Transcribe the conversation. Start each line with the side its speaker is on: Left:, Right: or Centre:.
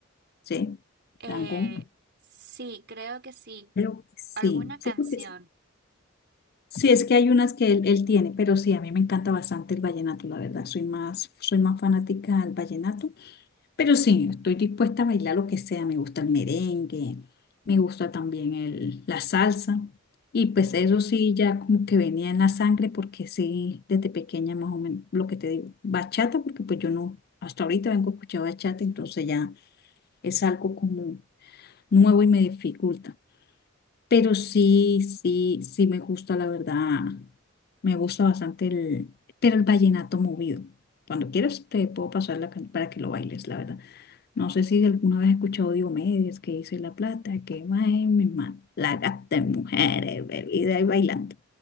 Left: Sí,
Right: Eh,
Left: tango,
Right: sí, creo que sí.
Left: pero sí,
Right: ¿Alguna canción?
Left: sí, porque sí. Sí, es que hay unas que él, él tiene, pero sí, a mí me encanta bastante el vallenato, la verdad, soy más, soy más fanática del vallenato Pero sí, estoy dispuesta a bailar lo que sea. Me gusta el merengue, me gusta también el, la salsa. Y pues
Right: Oh.
Left: eso sí, ya como que venía en la sangre, porque sí, desde pequeña más o menos, lo que te digo, bachata, porque pues yo no, hasta ahorita vengo a escuchar bachata, entonces ya es algo como nuevo y me dificulta. Pero sí, sí, sí me gusta, la verdad. Me gusta bastante el, pero el vallenato movido. Cuando quieras te puedo pasar la can- para que lo bailes, la verdad. No sé si alguna vez has escuchado Diomedes que dice la plata que va en mi mano, la gasta en mujeres, bebida y bailando.